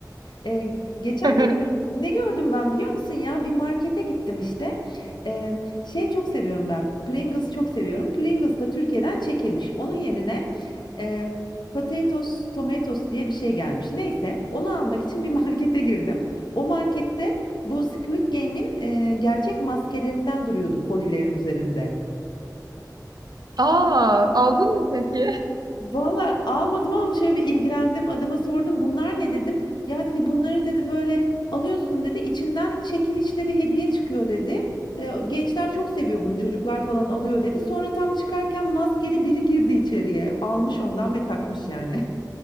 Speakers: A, on the left; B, on the right.
A: Ee, geçen
B: <laughs>
A: gün ne gördüm ben biliyor musun ya? Bir markete gittim işte. Ee, şey çok seviyorum ben. Pringles çok seviyorum. Pringles da Türkiye'den çekilmiş. Onun yerine e, Potatoes, Tomatoes diye bir şey gelmiş. Neyse, onu almak için bir <laughs> markete girdim. O markette bu Squid Game'in e, gerçek maskelerinden duruyordu kolilerin üzerinde.
B: Aa, aldın mı peki?
A: Valla almadım ama şöyle bir ilgilendim. Adama sordum bunlar ne dedim. Ya dedi bunları dedi böyle alıyorsun dedi. içinden çekilişle bir hediye çıkıyor dedi. "E, gençler çok seviyor bunu çocuklar falan alıyor dedi. Sonra tam çıkarken maskeli biri girdi içeriye. Almış ondan ve takmış yani.